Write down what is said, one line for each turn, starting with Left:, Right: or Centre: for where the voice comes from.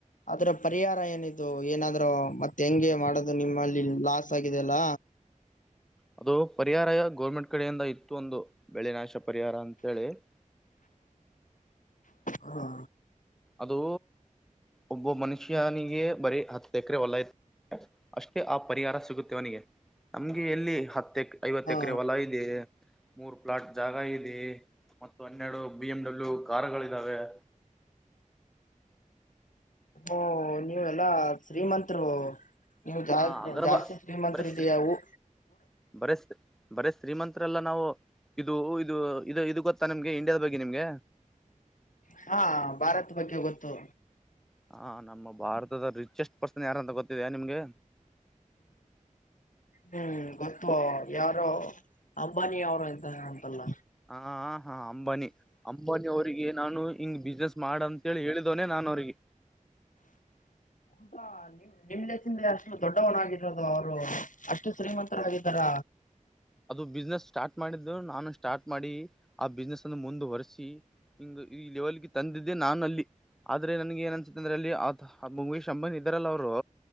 Left: ಅದ್ರ ಪರಿಹಾರ ಏನಿದು ಏನಾದ್ರು ಮತ್ತೆ ಹೆಂಗೆ ಮಾಡದು ನಿಮ್ಮಲ್ಲಿ ಲಾಸ್ ಆಗಿದೆ ಅಲ್ಲ
Centre: ಅದು ಪರಿಹಾರ ಗೌರ್ಮೆಂಟ್ ಕಡೆಯಿಂದ ಇತ್ತು ಒಂದು ಬೆಳೆ ನಾಶ ಪರಿಹಾರ ಅಂತೇಳಿ <inaudible>
Left: ಹಾ
Centre: ಅದು ಒಬ್ಬ ಮನುಷ್ಯನಿಗೆ ಬರೀ ಹತ್ತು ಎಕರೆ ಹೊಲಾಯ್ತು ಅಷ್ಟೇ ಆ ಪರಿಹಾರ ಸಿಗುತ್ತೆ ಅವನಿಗೆ ನಮ್ಗೆ ಎಲ್ಲಿ ಹತ್ತು ಐವತ್ತು
Left: ಹಾ
Centre: ಎಕರೆ ಹೊಲ ಇದೆ ಮೂರ್ ಪ್ಲಾಟ್ ಜಾಗ ಇದೆ ಮತ್ತು ಹನ್ನೆರಡು ಬಿ ಎಂ ಡಬ್ಲ್ಯೂ ಕಾರೂಗಳಿದಾವೆ <inaudible>
Left: ಓ ನೀವೆಲ್ಲಾ ಶ್ರೀಮಂಂತರು ನೀವು ಜಾ
Centre: ಆ ಅಗರ್ಬ
Left: ಜಾಸ್ತಿ ಶ್ರೀಮಂತರ
Centre: ಬರೀ
Left: ಇದಿಯಾ ಊ
Centre: ಬರೇ ಬರಿ ಶ್ರೀಮಂತರಲ್ಲ ನಾವು ಇದು ಇದು ಇದು ಇದು ಗೊತ್ತಾ ನಿಮ್ಗೆ ಇಂಡಿಯಾದ ಬಗ್ಗೆ ನಿಮ್ಗೆ
Left: ಹಾ ಭಾರತ್ ಬಗ್ಗೆ ಗೊತ್ತು
Centre: ಹ ನಮ್ಮ ಭಾರತದ ರಿಚೆಸ್ಟ್ ಪರ್ಸನ್ ಯಾರ ಅಂತ ಗೊತ್ತ ಗೊತ್ತಿದೆಯಾ ನಿಮಗೆ
Left: ಹ್ಮ್ ಗೊತ್ತು ಯಾರು ಅಂಬಾನಿ ಅವರು ಇಂತ ಅಂತಲ್ಲ
Centre: ಹ ಹ ಅಂಬಾನಿ ಅಂಬಾನಿ ಅವರಿಗೆ ನಾನು ಹಿಂಗ್ ಬಿಸ್ನೆಸ್ ಮಾಡ ಅಂತೇಳಿ ಹೇಳಿದವನೇ ನಾನು ಅವ್ರಿಗೆ
Left: ಉಟಾ ನಿ ನಿಮ್ಮಳೆ ತಿಂದೆ ಅಷ್ಟು ಷ್ಟು ದೊಡ್ಡವನಾಗಿರದು ಅವರು ಅಷ್ಟು ಶ್ರೀಮಂತರಾಗಿದ್ದಾರ
Centre: ಅದು ಬಿಸ್ನೆಸ್ ಸ್ಟಾರ್ಟ್ ಮಾಡಿದ ನಾನು ಸ್ಟಾರ್ಟ್ ಮಾಡಿ ಆ ಬಿಸ್ನೆಸ್ ಅನ್ನು ಮುಂದುವರೆಸಿ ಹಿಂಗ ಈ ಲೆವೆಲ್ಗೆ ತಂದಿದ್ದೆ ನಾನು ಅಲ್ಲಿ ಆದ್ರೆ ನನ್ಗೆ ಏನ್ನ್ಸುತ್ತಂದ್ರೆ ಅಲ್ಲಿ ಮುಕೇಶ್ ಅಂಬಾನಿ ಇದರಲ್ಲ ಅವರು